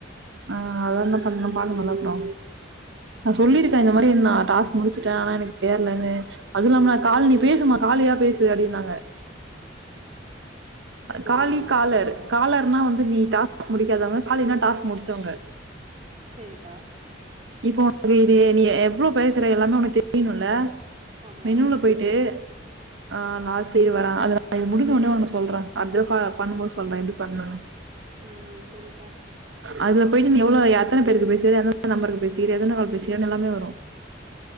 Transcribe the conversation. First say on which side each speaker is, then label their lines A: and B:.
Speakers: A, on the right; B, on the right.
A: ஆ அதா என்ன பண்லா பாக்கணுல்ல அப்றோ நா சொல்லிருக்கே இந்த மாரி நா டாஸ்க் முடிச்சுட்டே ஆனா எனக்கு ஏறலனு அது இல்லாமா கால் நீ பேசுமா காலியா பேசு அப்டின்னாங்கா அ காலி
B: அப்டியா
A: காலர் காலர்னா வந்து நீ டா ஸ்க் முடிக்காதவங்க காலின்னா டாஸ்க் முடிச்சவங்க
B: செரிக்கா
A: இப்போ இது இது நீ எவ்ளோ பேசற எல்லாமே உனக்கு தெரியணுல்ல
B: ஆமா
A: மெனுல போயிட்டு ஆ லாஸ்ட் இரு வரே அது நா இது முடிஞ்ச உடனே உனக்கு சொல்றே அடுத்தடவ கா பண்ணும்போது சொல்றே எப்டி பண்ணணுன்னு
B: ம் ம் செரிக்கா
A: அதுல போயிட்டு நீ எவ்ளோ ஆ எத்தன பேருக்கு பேசிருக்க எந்த எந்த நம்பருக்கு பேசிக்கிற எத்தன கால் பேசிருக்கறேன்னு எல்லாமே வரு